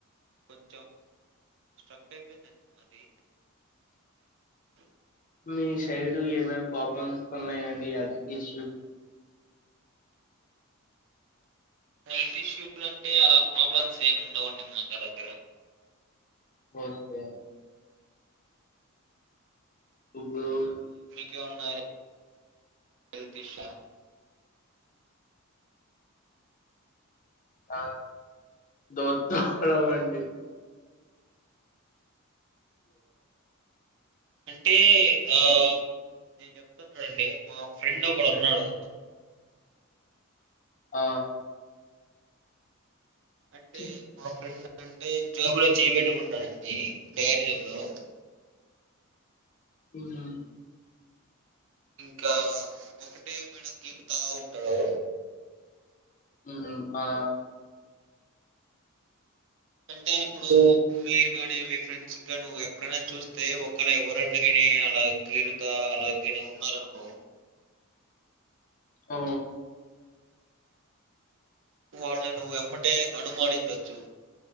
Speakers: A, on the right (about 55°); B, on the left (about 35°).
A: కొంచెం స్ట్రక్ అయిపోయింది అండి మాది
B: మీ శరీరు ఏమైనా ప్రాబ్లమ్స్ ఉన్నాయండి హెల్త్ ఇష్యూ
A: హెల్త్ ఇష్యూస్ అంటే అలా ప్రాబ్లమ్స్ ఏమి ఉండవండి మాగా దగ్గర
B: వొస్తే <unintelligible>
A: క్యన్నాయి హెల్తీషా
B: ఆ దోత్తనం అండి
A: అంటే ఆ నేను చెప్తాను చూడండి మా ఫ్రెండ్ ఒకడు ఉన్నాడు
B: ఆ
A: అంటే
B: చి-
A: మా ఫ్రెండ్ అంటే జేబులో లో చేయ పెట్టుకుంటాడండి <unintelligible>
B: మ్మ్
A: ఇంకా ఒకటి టె బెడకింత హలో
B: మ్మ్ ఆ
A: అంటే ఇప్పుడు మీరు కాగాని మీ ఫ్రెండ్స్గా నువ్వు ఎప్పుడైనా చూస్తే ఒకళ ఎవరనా కానీ అలా గీరుతా అలాగని ఉన్నారు అనుకో
B: ఓ
A: వాళ్ళని నువ్వు ఎమ్మటే అనుమానించచ్చు